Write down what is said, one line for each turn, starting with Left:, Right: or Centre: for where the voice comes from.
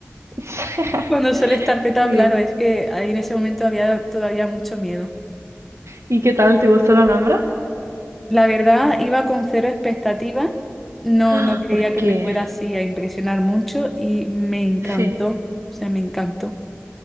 Right: <laughs>
Centre: Cuando suele estar petado,
Right: Sí.
Centre: claro, es que ahí en ese momento había todavía mucho miedo.
Right: ¿Y qué tal? ¿Te gustó la Alhambra?
Centre: La verdad, iba con cero expectativas. No,
Right: Ah,
Centre: no creía
Right: porque
Centre: que me fuera así a impresionar mucho y me encantó.
Right: sí,
Centre: O sea, me encantó.